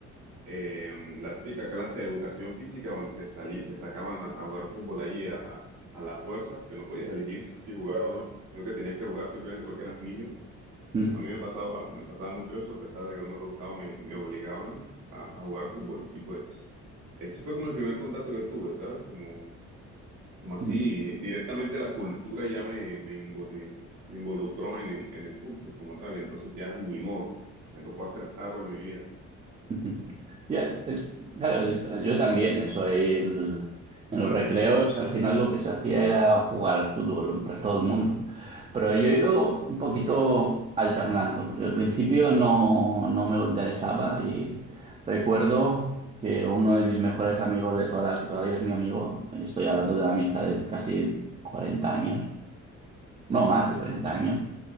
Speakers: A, on the right; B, on the right.
A: eh, la típica clase de educación física donde te salí, te sacaban a, a jugar fútbol ahí a, a a la fuerza, que no podías elegir si jugar o no, sino que tenías que jugar simplemente porque eras niño.
B: Mm,
A: A mí me pasaba, me pasaba mucho eso, a pesar de que no me gustaba, me, me obligaban a, a jugar fútbol. Y pues ese fue como el primer contacto que tuve, ¿sabes? Como, como así,
B: mm.
A: directamente la cultura ya me, me, invo- me- me involucró en el, en el fútbol como tal. Entonces ya ni modo, me tocó aceptarlo en mi vida.
B: <laughs> Ya, eh, claro, eh, yo también, eso ahí el- en los recreos al final lo que se hacía era jugar al fútbol, pues todo el mundo. Pero yo he ido un poquito alternando, porque al principio no, no me interesaba y recuerdo que uno de mis mejores amigos de toda la, que todavía es mi amigo, estoy hablando de una amistad de casi 40 años, no más de 40 años,